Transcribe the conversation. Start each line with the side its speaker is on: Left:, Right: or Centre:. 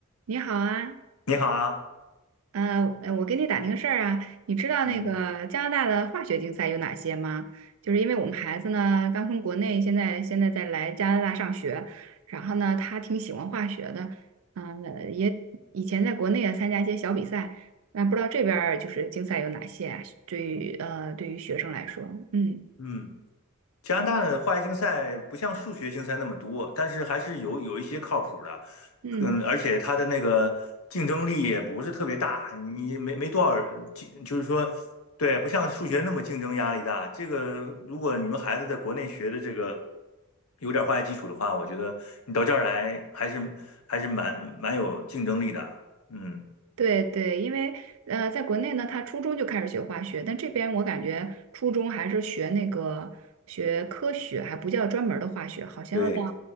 Right: 你好啊，
Left: 你好啊，
Right: 呃，呃我给你打听个事儿啊，你知道那个加拿大的化学竞赛有哪些吗？
Left: 嗯
Right: 就是因为我们孩子呢刚从国内，现在现在在来加拿大上学，然后呢他挺喜欢化学的，嗯、呃也以前在国内也参加一些小比赛，那不知道这边儿就是竞赛有哪些啊对于呃对于学生来说，嗯
Left: 嗯，加拿大的化学竞赛不像数学竞赛那么多，但是还是有有一些靠谱的，
Right: 嗯。
Left: 嗯，而且它的那个竞争力也不是特别大，你没没多少人竞就是说，对，不像数学那么竞争压力大。这个如果你们孩子在国内学的这个有点化学基础的话，我觉得你到这儿来还是还是蛮蛮有竞争力的，嗯，
Right: 对对，因为呃，在国内呢，他初中就开始学化学，但这边我感觉初中还是学那个学科学，还不叫专门儿的化学，好像要到
Left: 对，